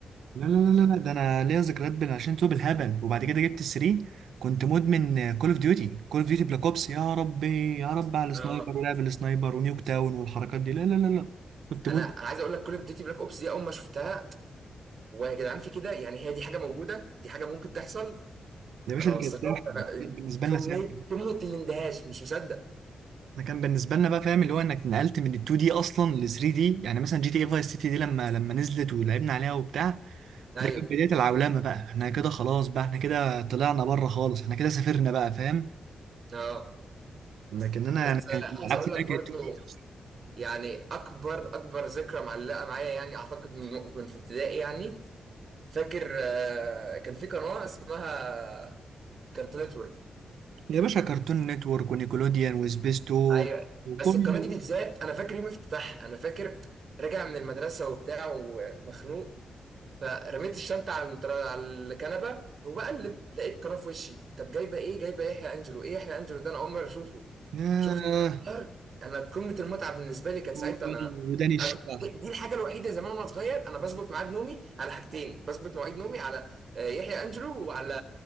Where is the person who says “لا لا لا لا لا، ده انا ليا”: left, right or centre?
Right